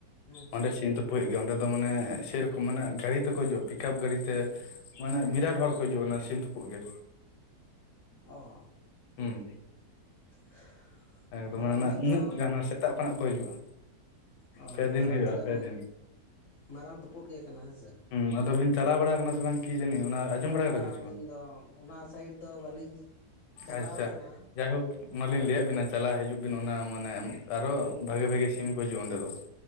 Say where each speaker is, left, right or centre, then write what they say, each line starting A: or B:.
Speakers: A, on the left; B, on the left.
A: ᱦᱮᱸ
B: ᱚᱸᱰᱮ ᱥᱤᱢ ᱛᱩᱯᱩ ᱦᱩᱭᱩᱜ ᱜᱮᱭᱟ ᱚᱸᱰᱮ ᱫᱚ ᱢᱟᱱᱮ ᱥᱮᱨᱚᱠᱚᱢ ᱢᱟᱱᱮ ᱜᱟᱹᱲᱤ ᱛᱮᱠᱚ ᱦᱤᱡᱩᱜᱼᱟ ᱯᱤᱠᱟᱯ ᱜᱟᱹᱲᱤ ᱛᱮ ᱢᱟᱱᱮ ᱵᱤᱨᱟᱴ ᱦᱚᱲ ᱠᱚ ᱦᱤᱡᱩᱜᱼᱟ ᱚᱱᱟ ᱥᱤᱢ ᱛᱩᱯᱩᱜ ᱜᱮ᱾
A: ᱚ
B: ᱦᱩᱸ
A: <inaudible>
B: ᱮᱠᱫᱚᱢ
A: ᱦᱳᱭᱛᱚ
B: ᱢᱟᱱᱮ ᱩᱱᱟᱹᱜ ᱜᱟᱱ ᱥᱮᱛᱟᱜ ᱠᱷᱚᱱᱟᱜ ᱠᱚ ᱦᱤᱡᱩᱜᱼᱟ᱾
A: ᱚ
B: ᱯᱮ ᱫᱤᱱ
A: ᱢᱟᱨᱟᱝ
B: ᱦᱩᱭᱩᱜᱼᱟ
A: ᱛᱟᱦᱚᱞᱮ
B: ᱯᱮ ᱫᱤᱱ᱾
A: ᱢᱟᱨᱟᱝ ᱛᱩᱯᱳᱫ ᱜᱮ ᱠᱟᱱᱟ ᱦᱮᱸ ᱥᱮ
B: ᱦᱩᱸ ᱟᱫᱚ ᱵᱤᱱ ᱪᱟᱞᱟᱣ ᱵᱟᱲᱟ ᱠᱟᱱᱟ ᱥᱮ ᱵᱟᱝ ᱠᱤ ᱡᱟᱹᱱᱤ ᱚᱱᱟ ᱟᱸᱡᱚᱢ
A: ᱵᱟᱝ
B: ᱵᱟᱲᱟ ᱠᱟᱫᱟ ᱵᱤᱱ ᱥᱮ
A: ᱟᱹᱞᱤᱧ
B: ᱵᱟᱝ
A: ᱫᱚ ᱚᱱᱟ ᱥᱟᱭᱤᱰ ᱫᱚ ᱵᱟᱹᱞᱤᱧ ᱪᱟᱞᱟᱣ
B: ᱟᱪᱪᱷᱟ
A: ᱠᱟᱱᱟ
B: ᱡᱟᱭ ᱦᱳᱠ ᱚᱱᱟᱞᱤᱧ ᱞᱟᱹᱭᱟᱫ ᱵᱮᱱᱟ ᱪᱟᱞᱟᱜ ᱦᱤᱡᱩᱜ ᱵᱤᱱ ᱚᱱᱟ ᱢᱟᱱᱮ ᱟᱨᱚ ᱵᱷᱟᱜᱤ ᱵᱷᱟᱜᱤ ᱥᱤᱢ ᱠᱚ ᱦᱤᱡᱩᱜᱼᱟ ᱚᱸᱰᱮ ᱫᱚ᱾